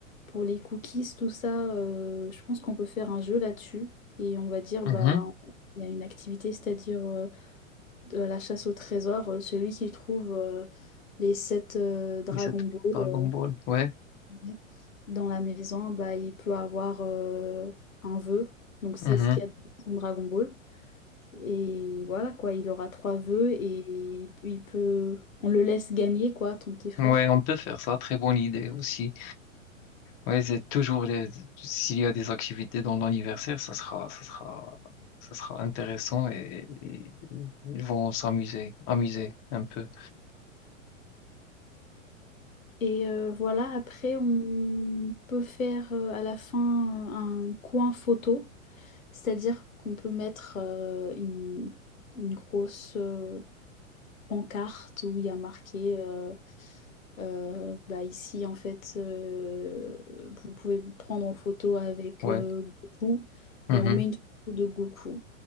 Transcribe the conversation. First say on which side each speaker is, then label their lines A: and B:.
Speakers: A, on the left (about 80°); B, on the left (about 30°).
A: pour les cookies, tout ça, euh, je pense qu'on peut faire un jeu là-dessus. Et on va dire,
B: mhm.
A: bah, il y a une activité, c'est-à-dire. euh, de la chasse au trésor, euh, celui qui trouve euh, les sept euh, Dragon
B: Et cette
A: Ball
B: Dragon
A: euh,
B: Ball, ouais,
A: ouais, dans la maison, bah, il peut avoir euh, un vœu. Donc c'est
B: mhm.
A: ce qu'il y a dans son Dragon Ball. Et voilà quoi, il aura trois vœux et il il peut, on le laisse gagner quoi, ton petit frère.
B: Ouais, on peut faire ça. Très bonne idée aussi. Oui, c'est toujours les... s'il y a des activités dans l'anniversaire, ça sera, ça sera, ça sera intéressant et, et ils vont s'amuser, amuser un peu.
A: Et euh, voilà, après on peut faire euh, à la fin euh, un coin photo, c'est-à-dire qu'on peut mettre euh, une, une grosse, euh, pancarte où il y a marqué euh, euh, bah ici en fait euh, vous pouvez vous prendre en photo avec
B: Ouais,
A: euh, Goku
B: mhm,
A: et on met une photo de Goku